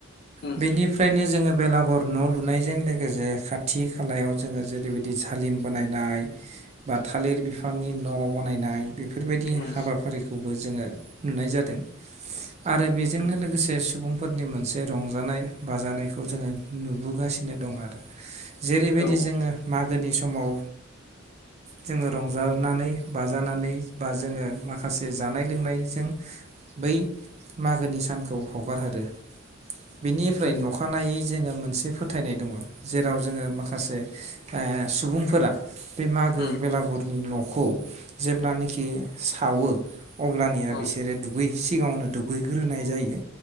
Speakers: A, on the left; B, on the right.
A: उम
B: बेनिफ्रायनो जोङो बेलागुर न' लुनायजों लोगोसे खाथि खालायाव जोङो जेरैबायदि जालिम बानायनाय बा थालिर बिफांनि न' बनायनाय बे बेफोर बायदि
A: उम
B: हाबाफारिखौबो जोङो नुनाय जादों आरो बेजोंनो लोगोसे सुबुंफोरनि मोनसे रंजानाय बाजानायखौ जोङो नुबोगासिनो दं आरो। जेरै बायदि
A: औ
B: जोङो मागोनि स समाव जोङो रंजानानै बाजानानै बा जोङो माखासे जानाय लोंनायजों बै मागोनि सानखौ हगारहरो। बेनिफ्राय
A: उम
B: अखानायै जोङो मोनसे फोथायनाय दङ जेराव जोङो माखासे ओ सुबुंफोरा बे मागो
A: उम
B: बेलागुरनि न' खौ जेब्लानाखि सावो अब्लानिया
A: उम
B: बिसोरो दुगै सिगाङावनो दुगैग्रोनाय जायो।